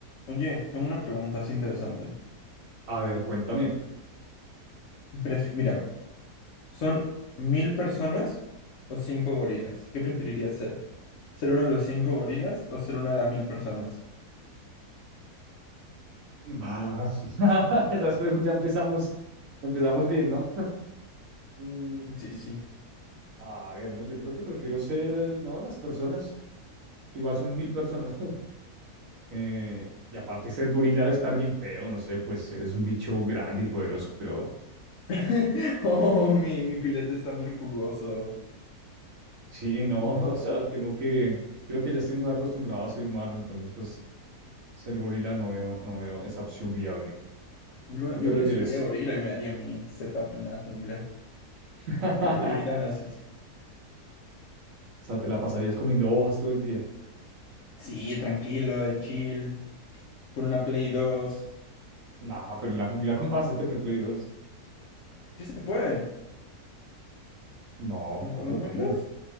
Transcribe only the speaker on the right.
A ver, cuéntame.
Bah, <laughs> Esas preguntas ya empezamos, empezamos bien, ¿no? Mm,
a ver, no, yo creo que prefiero ser el, no, las personas. Igual son mil personas. <laughs> Eh, y aparte ser gorila debe estar bien feo, no sé, pues eres un bicho grande y poderoso, pero
sí, no,
<laughs> o sea, tengo que, creo que ya estoy muy acostumbrado a ser humano, entonces pues ser gorila no veo, no veo esa opción viable.
¿Tú
qué prefieres?
<laughs>
O sea, te la pasarías comiendo hojas todo el día.
Nah, pero en la jungla, ¿cómo vas a tener Play dos
No,
¿cómo,
cómo?
<laughs>